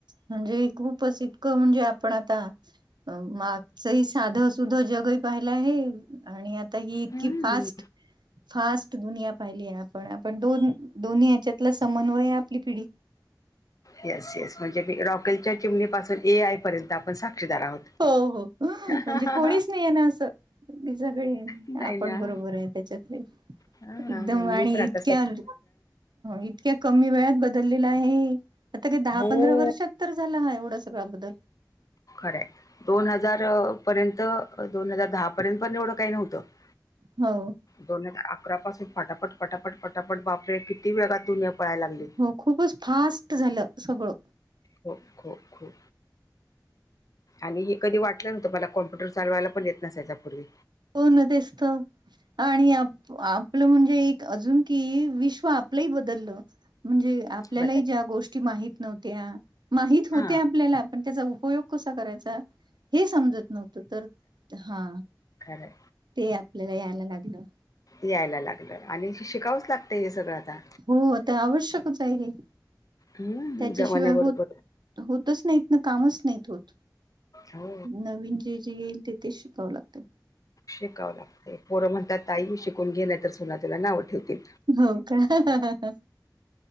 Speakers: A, on the right; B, on the left.
A: म्हणजे खूपच इतकं म्हणजे आपण आता मागचंही साध सुध जगही पाहिलं आहे आणि आ आता ही इतकी
B: हम्म
A: फास्ट- फास्ट दुनिया पाहिली आहे आपण पण दोन- दोन्ही याच्यातला समन्वय आपली पिढी
B: येस -येस म्हणजे मी रॉकेलच्या चिमणीपासून ए आय पर्यंत आपण साक्षीदार आहोत
A: हो -हो <inaudible> म्हणजे
B: हा हा
A: कोणीच
B: हा
A: नाही आहे ना असं बाकी सगळे
B: नाही
A: आपण
B: ना
A: बरोबर आहे त्याच्यात
B: हां,
A: एकदम
B: हां. मी
A: आणि
B: पण आता
A: इतक्या <inaudible> इतक्या कमी वेळात बदललेला आहे हे आता काय दहा
B: हो,
A: पंधरा वर्षात तर झालं हा एवढं सगळ्या बदल
B: खराय दोन हजार पर्यंत दोन हजार दहा पर्यंत पण एवढं काही नव्हतं <inaudible>
A: हो
B: दोन हजार अकरा पासून पटापट- पटापट -पटापट बापरे किती वेगात दुनिया पळायला लागली.
A: हो खूपच फास्ट झालं सगळं
B: हो खो -खो आणि हे कधी वाटलं न्हवतं मला कॉम्पुटर चालवायला पण येत नसायचा पूर्वी
A: हो ना तेच त आणि आप-आपलं म्हणजे एक अजून कि विश्व आपलंही बदललं म्हणजे आपल्यालाही
B: बदल
A: ज्या गोष्टी माहीत नव्हत्या माहीत होत्या
B: हां,
A: आपल्याला पण त्याचा उपयोग कसा करायचा हे समजत नव्हतं तर हा
B: खराय
A: ते आपल्याला यायला लागलं
B: यायला लागलं आणि शि -शिकावंच लागतं हे सगळं आता
A: हो ते आवश्यकच आहे
B: हं,
A: त्याच्याशिवाय
B: जमान्याबरोबर
A: होत- होतच नाहीत ना कामच नाहीत होत
B: हो.
A: नवीन जे- जे येईल ते- ते शिकावं लागत
B: शिकावं लागतय पोरं म्हणतात आई शिकून घे नाही तर सुना तुला नाव ठेवतील
A: हो का